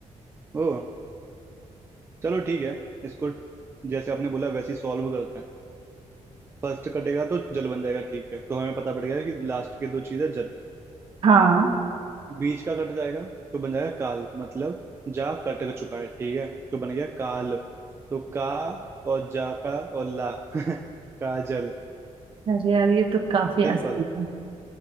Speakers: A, on the right; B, on the right.
A: ओ चलो ठीक है इसको जैसे आपने बोला वैसे ही सॉल्व करते हैं फर्स्ट कटेगा तो जल बन जाएगा ठीक है तो हमें पता पड़ गया कि लास्ट के दो चीजें जल
B: हाँ
A: बीच का कट जाएगा तो बन जाएगा काल मतलब जा कट चुका है ठीक है तो बन गया काल तो का और जा का और ला <laughs> काजल
B: अरे यार ये तो काफी
A: सिंपल
B: आसान था